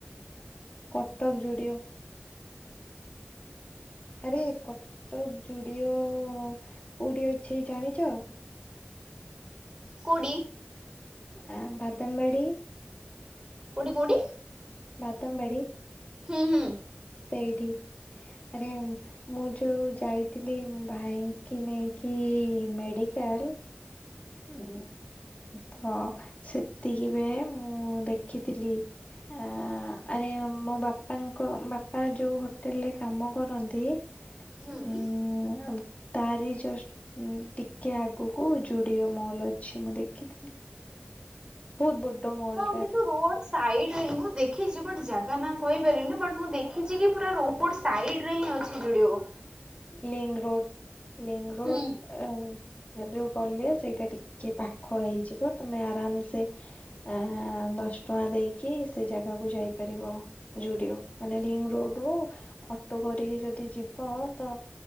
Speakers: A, on the left; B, on the right.
A: କଟକ ଯୁଡ଼ିଓ। ଆରେ କଟକ ଯୁଡିଓ କୋଉଠି ଅଛି ଜାଣିଛ?
B: କୋଉଠି?
A: ଆ ବାଦାମବାଡ଼ି
B: କୋଉଠି କୋଉଠି?
A: ବାଦାମବାଡ଼ି।
B: ହୁଁ ହୁଁ
A: ଏଇଠି ଆରେ ମୁଁ ଯୋଉ ଯାଇଥିଲି ମୋ ଭାଇ କି ନେଇକି ମେଡିକାଲ ଉ ତ ସେତିକିିବେଳେ ମୁଁ ଦେଖିଥିଲି। ଆ ଆରେ ମୋ ବାପାଙ୍କ ବାପା ଯୋଉ ହୋଟେଲ ରେ କାମ କରନ୍ତି।
B: ହୁଁ ହୁଁ
A: ଉଁ ଆଉ ତାରି ଜଷ୍ଟ ଟିକେ ଆଗକୁ ଯୁ ଡିଓ ମଲ୍ ଅଛି ମୁଁ ଦେଖିଥିଲି। ବହୁତ ବଡ଼ ମଲ।
B: ହଁ ରୋଡ ସାଇଡଁ ମୁଁ ଦେଖିଛି ବଟ ଜାଗା ନା କହିପାରିନି ବଟ ମୁଁ ଦେଖିଛି କି ପୁରା ରୋ ଡ଼ ସାଇଡ ରେ ହିଁ ଅଛି ଜୁଡିଓ।
A: ଲିଙ୍କ ରୋଡ଼ ଲିଙ୍କ ରୋଡ଼
B: ହୁଁ
A: ଯୋଉ ଗଲେ ସେଇଟା ଟିକେ ପାଖ ହେଇଯିବ ତମେ ଆରାମ ସେ ଆ ଦଶ ଟଙ୍କା ଦେଇକି ସେ ଜାଗାକୁ ଯାଇପାରିବ। ଯୁଡିଓ ମାନେ ଲିଙ୍କ ରୋଡ ରୁ ଅଟୋ କରିକି ଯଦି ଯିବ ତ